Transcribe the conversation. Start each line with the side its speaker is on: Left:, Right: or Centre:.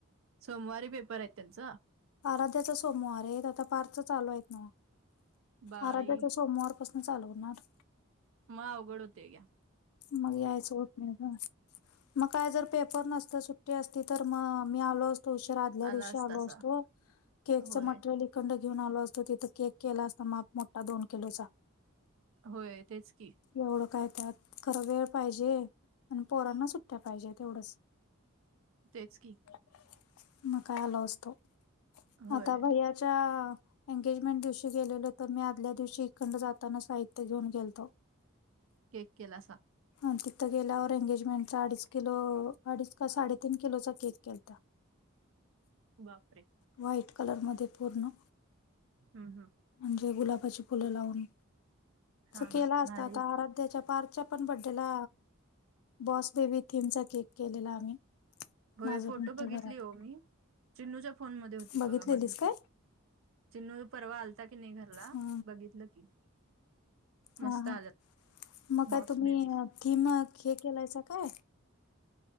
Right: सोमवारी पेपर आहेत त्यांच
Left: आराध्याचा सोमवार आहेत. आता पार्थच चालू आहेत नव्ह.
Right: बाई
Left: आराध्याच्या सोमवारपासून मग चालू होणार
Right: मग अवघड होतय घ्या
Left: मग यायचं होत नाही. मग काय जर पेपर नसत. सुट्टी असती तर मग मी आलो असतो उशर, आदल्या
Right: आला
Left: दिवशी
Right: असतासा
Left: आलो असतो. तू केकच
Right: होय
Left: मटेरियल इकडंन घेऊन आलो असतो. तिथं केक केला असता माप मोठा दोन किलोचा.
Right: होय. तेच की.
Left: एवढं काय त्यात. खरं वेळ पाहिजे आणि पोरांना सुट्टया पाहिजे तेवढंच.
Right: तेच की.
Left: मगं काय आलो असतो.
Right: होय
Left: आता भैयाच्या एंगेजमेंट दिवशी गेलेलो. तर मी आदल्या दिवशी एकांड जाताना साहित्य घेऊन गेलतो.
Right: केक केलासा?
Left: हा तिथं गेल्यावर. एंगेजमेंटचा अडीच किलो अडीच का साडेतीन किलोचा केक केलत.
Right: बापरे
Left: व्हाईट कलर मध्ये पूर्ण
Right: हम हम.
Left: म्हणजे गुलाबाची फुलं लावून.
Right: हा
Left: केला
Right: हा
Left: असता
Right: भारी
Left: आता आराध्याच्या पार पण बडेला बॉस बेबी थीमचा केक केलेला आम्ही.
Right: हो.
Left: माझं
Right: फोटो
Left: मिळतं
Right: बघितली
Left: घरात
Right: हो मी चिन्नूच्या फोन मध्ये होती
Left: बघितलेलीस
Right: बघा बघितल.
Left: काय
Right: चिनू परवा आलता की नाही घरला
Left: हा
Right: बघितलं की. मस्त
Left: हा
Right: आल्यात
Left: हा मग
Right: बॉस
Left: काय तुम्ही
Right: बेबी
Left: थीम हे केलायचं काय?